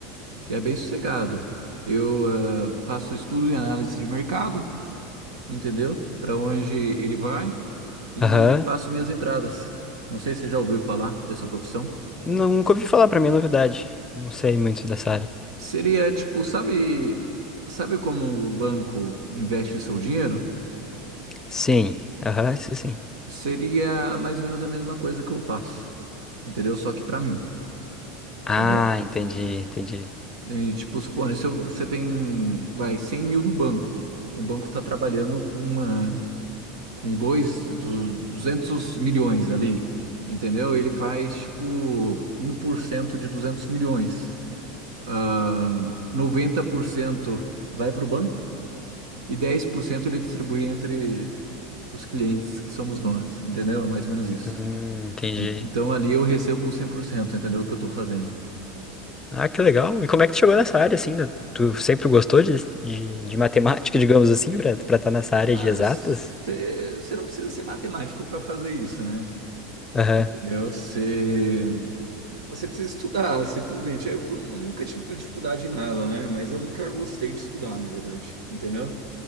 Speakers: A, on the right; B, on the left.
A: E é bem sossegado. Eu eh, faço estudo e análise de mercado, entendeu? Para onde ele vai e
B: Aham.
A: faço minhas entradas. Não sei se você já ouviu falar dessa profissão.
B: Não- Nunca ouvi falar, pra mim é novidade. Não sei muito dessa área.
A: Seria tipo, sabe, sabe como o banco investe o seu dinheiro?
B: Sim, aham, isso sim.
A: Seria mais ou menos a mesma coisa que eu faço, entendeu? Só que pra mim,
B: Ah,
A: entendeu?
B: entendi, entendi.
A: E, tipo, supondo, se eu- você tem, vai, 100 mil no banco, o banco tá trabalhando com uma, com dois, du- 200 milhões ali, entendeu? Ele faz, tipo, um por cento de 200 milhões. Ah, 90% vai pro banco e 10% ele distribui entre os clientes que somos nós, entendeu? É mais ou menos isso.
B: Hum, entendi.
A: En- Então ali eu recebo 100%, entendeu? O que eu tô fazendo.
B: Ah, que legal. E como é que tu chegou nessa área, assim? né? Tu sempre gostou de, de, de matemática, <laughs> digamos assim, pra estar tá nessa área
A: Ah,
B: de exatas?
A: você não precisa ser matemático para fazer isso, né?
B: Aham,
A: Entendeu? Você você precisa estudar, simplesmente. Eu cu- nunca tive dificuldade em nada, né? Mas eu nunca gostei de estudar, na verdade, entendeu?